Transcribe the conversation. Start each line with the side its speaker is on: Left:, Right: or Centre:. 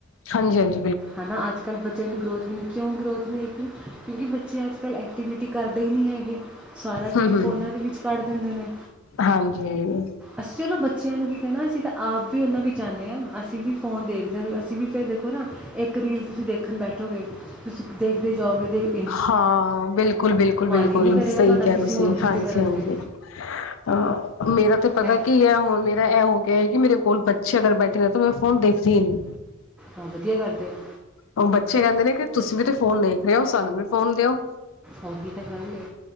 Left: ਹਾਂਜੀ ਹਾਂ ਜੀ
Centre: ਹਨਾ ਅੱਜ ਕੱਲ੍ਹ ਬੱਚਿਆਂ ਦੀ ਗਰੋਥ ਨਹੀਂ ਕਿਉਂ ਗਰੋਥ <unintelligible> ਕਿਉਂਕਿ ਬੱਚੇ ਅੱਜ ਕੱਲ ਅ ਐਕਟੀਵਿਟੀ ਕਰਦੇ ਹੀ ਨਹੀ ਹੈਗੇ ਸਾਰਾ ਟਾਈਮ
Left: ਹੂੰ ਹੂੰ
Centre: ਫੋਨਾਂ ਦੇ ਵਿੱਚ ਕੱਢ ਦਿੰਦੇ ਨੇ
Left: ਹਾਂਜੀ
Centre: ਅਸੀਂ ਉਹਨਾਂ ਬੱ ਬੱਚਿਆਂ ਨੂੰ ਵੀ ਕਹਿਣਾ ਅਸੀਂ ਤਾਂ ਆਪ ਵੀ ਉਹਨਾਂ ਵਿੱਚ ਆਨੇ ਹਾਂ ਅਸੀਂ ਵੀ ਫੋਨ ਦੇਖਦਾ ਅਸੀਂ ਵੀ ਫੇਰ ਦੇਖੋ ਨਾ ਇੱਕ ਰੀਲ ਤੁਸੀਂ ਦੇਖਣ ਬੈਠੋਗੇ ਤੁਸੀਂ ਦੇਖਦੇ ਹੀ ਜਾਓਗੇ ਦੇਖਦੇ
Left: ਹਾਂ ਬਿਲਕੁਲ ਬਿਲਕੁਲ ਬਿਲਕੁਲ
Centre: ਹੀ ਨਹੀਂ ਕਰੇਗਾ
Left: ਸਹੀ
Centre: ਤੁਹਾਡਾ
Left: ਕਿਹਾ
Centre: ਕਿਸੇ
Left: ਤੁਸੀਂ
Centre: ਹੋਰ ਚੀਜ਼
Left: ਹਾਂਜੀ
Centre: ਤੇ ਕਰਨ
Left: ਹਾਂਜੀ
Centre: ਤੇ
Left: ਆ ਮੇਰਾ ਤੇ ਪਤਾ
Centre: ਐ
Left: ਕੀ ਹੈ ਹੁਣ ਮੇ ਇਹ ਹੋ ਗਿਆ ਹੈ ਕਿ ਮੇਰੇ ਕੋਲ ਬੱਚੇ ਅਗਰ ਬੈਠੇ ਨੇ ਤਾਂ ਮੈਂ ਫੋਨ ਦੇਖਦੀ ਹੀ ਨਹੀਂ
Centre: ਹਾਂ ਵਧੀਆ ਕਰਦੇ ਹੋ
Left: ਉਹ ਬੱਚੇ ਕਹਿੰਦੇ ਨੇ ਕਿ ਤੁਸੀਂ ਵੀ ਤੇ ਫੋਨ ਦੇਖ ਰਹੇ ਹੋ ਸਾਨੂੰ ਵੀ ਫੋਨ ਦਿਓ।
Centre: ਉਹੀ ਤਾਂ ਗੱਲ ਐ